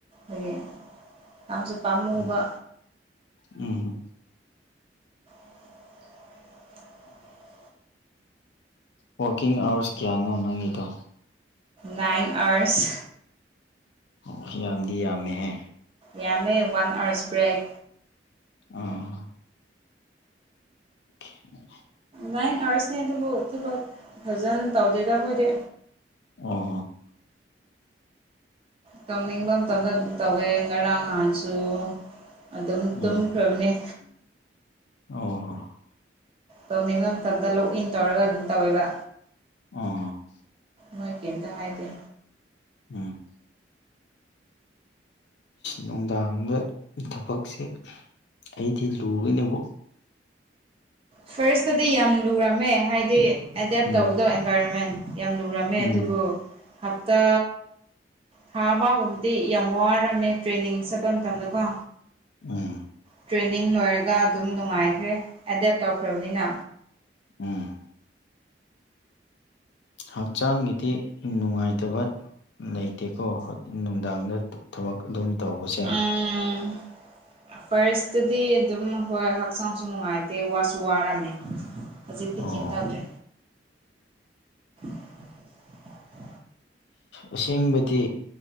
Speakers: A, on the right; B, on the left.
A: ꯑꯗꯒꯤ ꯄꯥꯝꯁꯨ ꯄꯥꯝꯃꯨꯕ
B: ꯎꯝ ꯎꯝ ꯍꯨꯝ
A: <unintelligible>
B: ꯋꯥꯥꯛꯀꯤꯡ ꯑꯋꯥꯔꯁ ꯀꯌꯥꯅꯣ ꯅꯪꯒꯤꯗꯣ
A: ꯅꯥꯏꯟ ꯑꯥꯋ꯭ꯔꯁ
B: ꯑꯣ ꯌꯥꯝꯗꯤ ꯌꯥꯝꯃꯦꯍꯦ
A: ꯌꯥꯝꯃꯦ ꯋꯥꯟ ꯑꯥꯋꯔꯁ ꯕ꯭ꯔꯦꯛ
B: ꯑ <inaudible>
A: ꯅꯥꯏꯟ ꯑꯥꯋꯔꯁꯅꯦ ꯑꯗꯨꯕꯨ ꯊꯕꯛ ꯐꯖꯅ ꯇꯧꯗꯦꯗ ꯑꯈꯣꯏꯗꯤ
B: ꯑꯣ ꯍꯣ
A: ꯇꯧꯅꯤꯡꯕ ꯃꯇꯝꯗ ꯑꯗꯨꯝ ꯇꯧꯋꯦ ꯉꯔꯥꯡ ꯅꯍꯥꯟꯁꯨ ꯑꯗꯨꯝ
B: ꯎꯝ
A: ꯇꯨꯝ ꯈ꯭ꯔꯕꯅ‌ꯦ
B: ꯑꯣ
A: ꯇꯧꯅꯤꯡꯕ ꯃꯇꯝꯗ ꯂꯣꯛ ꯏꯟ ꯇꯧꯔꯒ ꯑꯗꯨꯝ ꯇꯧꯋꯦꯕ
B: ꯑꯣ
A: ꯃꯣꯏ ꯀꯩꯝꯇ ꯍꯥꯏꯗꯦ
B: ꯎꯝ ꯅꯨꯡꯗꯥꯡꯗ ꯊꯕꯛꯁꯦ ꯑꯩꯗꯤ ꯂꯨꯒꯅꯤꯕꯨ
A: ꯐꯥꯔꯁꯇꯗꯤ ꯌꯥꯝ ꯂꯨꯔꯝꯃꯦ ꯍꯥꯏꯗꯤ ꯑꯦꯗꯦꯞ
B: ꯎꯝ
A: ꯇꯧꯕꯗꯣ ꯑꯦꯟꯚꯥꯏꯔꯣꯟꯃꯦꯟ ꯌꯥꯝ ꯂꯔꯝꯃꯦ
B: ꯎꯝ
A: ꯑꯗꯨꯕꯨ ꯍꯞꯇꯥ ꯊꯥ ꯑꯃꯒꯨꯝꯕꯗꯤ ꯌꯥꯝ ꯋꯥꯔꯝꯃꯦ ꯇ꯭ꯔꯦꯟꯅꯤꯡ ꯆꯠꯄ ꯃꯇꯝꯗꯀꯣ
B: ꯎꯝ
A: ꯇ꯭ꯔꯦꯅꯤꯡ ꯂꯣꯏꯔꯒ ꯑꯗꯨꯝ ꯅꯨꯡꯉꯥꯏꯈ꯭ꯔꯦ ꯑꯦꯗꯦꯠ ꯇꯧꯈ꯭ꯔꯕꯅꯤꯅ
B: ꯎꯝ ꯍꯛꯆꯥꯡꯒꯤꯗꯤ ꯅꯨꯡꯉꯥꯏꯇꯕ ꯂꯩꯇꯦꯀꯣ ꯅꯨꯡꯗꯥꯡꯗ ꯊꯕꯛ ꯑꯗꯨꯝ ꯇꯧꯕꯁꯦ
A: ꯎꯝ ꯄꯔꯤꯁꯇꯗꯤ ꯑꯗꯨꯝ ꯍꯣꯏ ꯍꯛꯆꯥꯡꯁꯨ ꯅꯨꯡꯉꯥꯏꯇꯦ ꯋꯥꯁꯨ ꯋꯥꯔꯝꯃꯦ ꯍꯧꯖꯤꯛꯇꯤ
B: ꯑꯣ
A: ꯀꯔꯤꯝ ꯇꯧꯗ꯭ꯔꯦ <unintelligible>
B: ꯑꯁꯦꯡꯕꯗꯤ